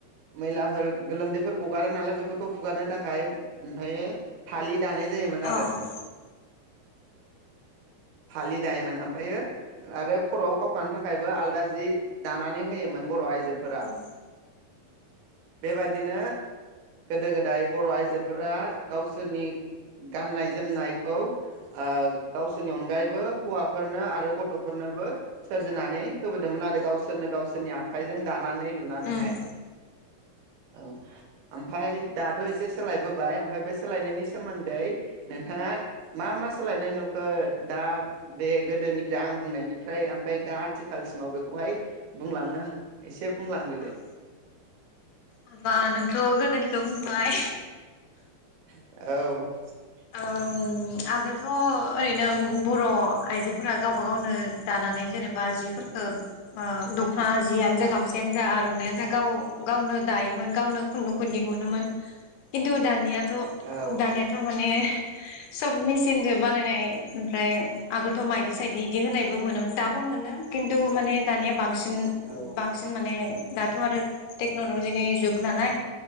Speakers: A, on the right; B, on the left.
A: मैलाफोर गोलोमदैफोर गगारो नालाय बेफोरखौ हुगारनो थाखाय ओमफ्रायो फालि दानाय जायोमोन
B: औ
A: आरो।
B: औ।
A: फालि दायोमोन ओमफ्रायो आरो खर'आव खावखानो थाखायबो आलादा जि दानानै होयोमोन। बर' आइजोफोरा।
B: उम ओं
A: बेबादिनो गोदो गोदाय बर' आइजोफोरा गावसोरनि गाननाय जोमनायखौ ओ गावसोर नि अनगायैबो हौवाफोरनो आरो गथ' फोरनोबो सोरजिनानै होबोदोंमोन आरो गावसोरनो गावसोरनि आखाइजों दानानै लुनानैहाय।
B: उम
A: औ ओमफ्राय दाथ' एसे सोलायबोबाय ओमफ्राय बे सोलायनायनि सोमोन्दै नोंथाङा मा मा सोलायनाय नुखो दा बे गोदोनिफ्राय आं बुंनायनिफ्राय ओमफ्राय दा आथिखालसिमाव बेखौहाय बुंलांनो एसे बुंलांदो दे
B: औ ओमबा नोंथ' गोदोनि खौ बुंबाय।
A: औ। <inaudible>
B: ओं आगोलथ'ओरैनो बर' आइजोफोरा गावबा गावनो दानानै जेनेबा जिफोरखौ ओ दखना जियानो जा गामसायानो जा आरनाय आनो जा गाव गावनो दायोमोन गावनो खुन्दुंखौ दिहुनोमोन खिन्थु दानिया थ
A: औ
B: दानियाथ' माने सब मेसिनजों बानायनाय ओमफ्राय आगोलथ मायदि सायदि इदि होनायबो मोनोमोन दाबो मोनो खिन्थु माने दानिया बांसिन
A: औ
B: बांसिन माने दाथ आरो टेक्नलजिनि जुग नालाय